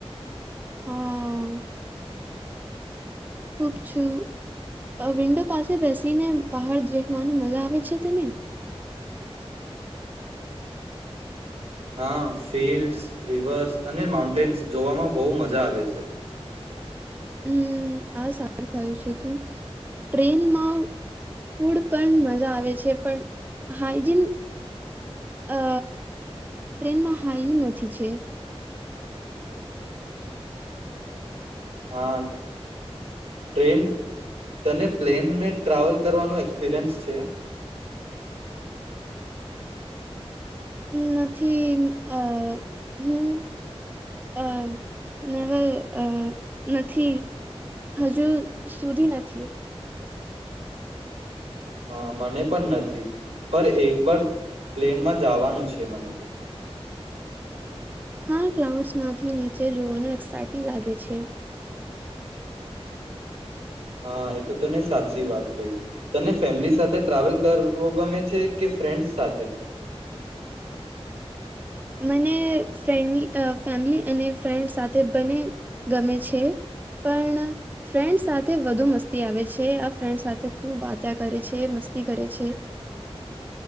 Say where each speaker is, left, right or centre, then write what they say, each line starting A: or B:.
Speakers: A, on the right (about 15°); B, on the right (about 70°).
A: હમ. ખુબ છું વિન્ડો પાસે બેસી ને બહડ દેખવાનું મજા આવે છે. તને
B: હ. હા ફિલ્ડ્સ, રિવર્સ અને માઉન્ટેન્સ જોવામાં બહુ મજા આવે છે.
A: હમ આ સારું ખય છે તું ટ્રેનમાં ફૂડ પણ મજા આવે છે પણ હાઈજીન અ ટ્રેનમાં હાાઈજીન નથી છે.
B: હા, ટ્રેન તને પ્લેન મે ટ્રાવેલ કરવાનું એક્સપિરિયન્સ છે?
A: નથી આ હું અ નવેલ અ નથી હજુ સુધી નથી.
B: હા મને પણ નથી, પર એક વાર પ્લેનમાં જવાનું છે મને તો.
A: હા ક્લાઉડ્સમાંથી નીચે જોવાનું એક્સાઈટિ લાગે છે.
B: હા એ તો તને સાચી વાત કહી, તને ફેમિલી સાથે ટ્રાવેલ કરવો ગમે છે કે ફ્રેન્ડ્સ સાથે?
A: મને ફન્ ફેમિલી અને ફ્રેન્ડ સાથે બને ગમે છે, પણ ફ્રેન્ડ સાથે વધુ મસ્તી આવે છે આ ફ્રેન્ડ સાથે ખૂબ વાત્યા કરે છે મસ્તી કરે છે,